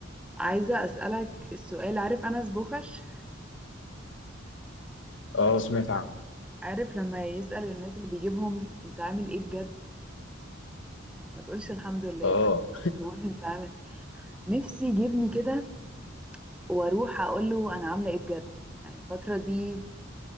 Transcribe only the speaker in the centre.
عايزة اسألك السؤال عارف انس بوخش
عارف لما يسأل الناس اللي بيجيبهم انت عامل ايه بجد ما تقولش الحمد لله
صح تقول انت عامل نفسي يجيبني كده واروح اقول له انا عاملة ايه بجد يعني الفترة دي